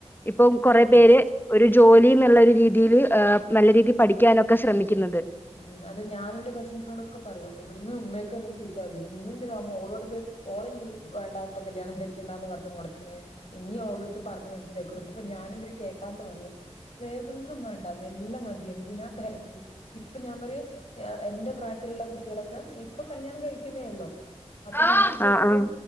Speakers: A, on the left; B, on the left.
A: ഇപ്പം കൊറെ
B: അതെ
A: പേര് ഒരു ജൊലീ ന്ന്ള്ളൊര് രീതിയില് ഏ നല്ല രീതിയിൽ പഠിക്യാനൊക്കെ ശ്രമിക്ക്യന്നുണ്ട്.
B: പഠിക്കും ഉം അത് ഞാൻ എന്റെ കസിസ്നോടൊക്കെ പറയും ഇവിടുന്ന് ഉമ്മയൊക്കെ എന്നെ ചീത്ത പറയും നീയെന്തിനാ മോളോട്ത് ഓള് ഞ്ഞ് വേണ്ട ഇപ്പം കല്യാണം കഴിക്കണ്ടാന്ന് പറഞ്ഞ് മൊടക്കുന്നേ ഇഞ്ഞ് ഓളെടുത്ത് പറഞ്ഞു മനസിലാക്കി കൊട്ക്ക് അപ്പൊ ഞാന് ഇവര് കേക്കാണ്ട് പറയും വേഗൊന്നും വേണ്ട മെല്ലെ മതി. എന്തിനാ തെരക്ക് ഇപ്പൊ ഞാൻ പറിം എന്റെ പ്രായത്തിലുള്ള കുട്ടികളൊക്കെ ഇപ്പൊ കല്യാണം കഴിക്കുന്നേ ഉള്ളോ അപ്പം
A: ആഹ്
B: ഞാൻ വിചാരിക്ക്യും
A: ആഹ്